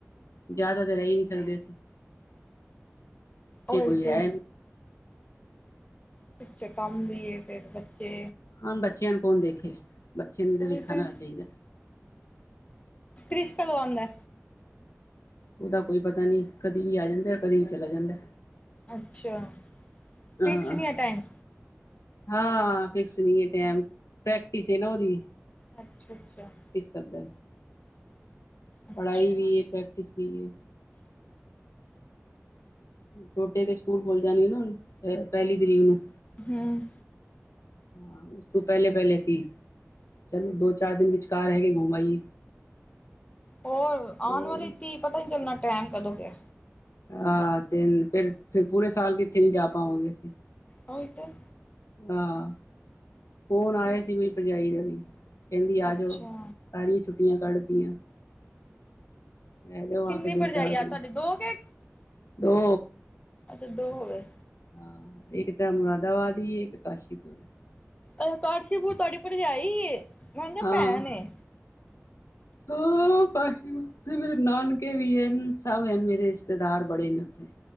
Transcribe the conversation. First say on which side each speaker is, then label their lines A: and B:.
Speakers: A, on the left (about 80°); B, on the left (about 25°).
A: ਜ਼ਿਆਦਾ ਤਾਂ ਰਹਿ ਨਹੀਂ ਸਕਦੇ ਅਸੀਂ, ਪਿੱਛੇ
B: ਉਹੀ
A: ਕੋਈ
B: ਤੇ
A: ਹੈ ਨਹੀਂ
B: ਪਿੱਛੇ ਕੰਮ ਵੀ ਹੈ ਫਿਰ ਬੱਚੇ
A: ਹਾਂ ਬੱਚਿਆਂ ਨੂੰ ਕੌਣ ਦੇਖੇ, ਬੱਚਿਆਂ ਨੂੰ ਵੀ ਤਾਂ
B: ਉਹੀ
A: ਵੇਖਣਾ
B: ਤੇ
A: ਚਾਹੀਦਾ
B: ਕ੍ਰਿਸ ਕਦੋ ਆਉਂਦਾ
A: ਉਹਦਾ ਕੋਈ ਪਤਾ ਨੀ, ਕਦੀ ਵੀ ਆ ਜਾਂਦਾ ਕਦੀ ਵੀ ਚਲਾ ਜਾਂਦਾ
B: ਅੱਛਾ
A: ਆਹ
B: ਫਿਕਸ
A: ਆਹ
B: ਨੀ ਹੈ ਟਾਈਮ
A: ਹਾਂ ਫਿਕਸ ਨਹੀਂ ਹੈ ਟਾਈਮ, ਪ੍ਰੈਕਟਿਸ ਹੈ ਨਾ ਉਹਦੀ
B: ਅੱਛਾ, ਅੱਛਾ
A: ਕਰਦੇ
B: ਅੱਛਾ
A: ਪੜ੍ਹਾਈ ਵੀ ਹੈ, ਪ੍ਰੈਕਟਿਸ ਵੀ ਹੈ ਛੋਟੇ ਤੇ ਸਕੂਲ ਖੁੱਲ ਜਾਣਗੇ ਨਾ ਹੁਣ ਪਹਿਲੀ ਤਰੀਕ ਨੂੰ
B: ਹਮ
A: ਹਮ ਹਾਂ ਉਸ ਤੋਂ ਪਹਿਲੇ- ਪਹਿਲੇ ਸੀ ਚਲੋ ਦੋ- ਚਾਰ ਦਿਨ ਵਿਚਕਾਰ ਹੈਗੇ ਘੁੰਮ ਆਈਏ
B: ਹੋਰ
A: ਹੋਰ
B: ਆਉਣ ਵਾਲੀ ਧੀ ਪਤਾ ਨੀ ਟਾਈਮ ਕਦੋਂ ਗਿਆ
A: ਆਹ ਤੇਨ ਫਿਰ ਪੂਰੇ ਸਾਲ ਕਿੱਥੇ ਨੀ ਜਾ ਪਾਵਗੇ ਅਸੀ।
B: ਹੋ ਇਹ ਤੋ।
A: ਆਹ ਫੌਨ ਆਇਆ
B: ਤੀਹ
A: ਸੀ ਮੇਰੀ ਭਰਜਾਈ ਦਾ ਵੀ। ਕਹਿੰਦੀ
B: ਅੱਛਾ
A: ਆ ਜਾਓ ਸਾਰੀਆ ਛੁੱਟੀਆ ਕੱਢਦੀਆ। ਰ ਜੋ ਆ
B: ਕਿੰਨੀ
A: ਕੇ ਦੋ
B: ਭਰਜਾਈ
A: ਚਾਰ ਦਿਨ
B: ਆ ਤੁਹਾਡੇ ਦੋ ਕੇ
A: ਦੋ
B: ਅੱਛਾ ਦੋ ਹੋਵੇ।
A: ਹਾਂ ਇੱਕ ਤਾ ਮੁਰਾਦਾਬਾਦ ਹੀ ਹੈ ਇੱਕ ਕਾਸ਼ੀਪੁਰ।
B: ਅਛ ਕਾਸ਼ੀਪੁਰ ਤੁਹਾਡੀ ਭਰਜਾਈ ਏ ਮੈਂ ਸਮਝਿਆ
A: ਹਾਂ
B: ਭੈਣ ਏ।
A: ਹਾਂ ਉਥੇ ਮੇਰੇ ਨਾਨਕੇ ਵੀ ਹਨ ਸਭ ਮੇਰੇ ਰਿਸ਼ਤੇਦਾਰ ਬੜੇ ਨੇ ਉੱਥੇ।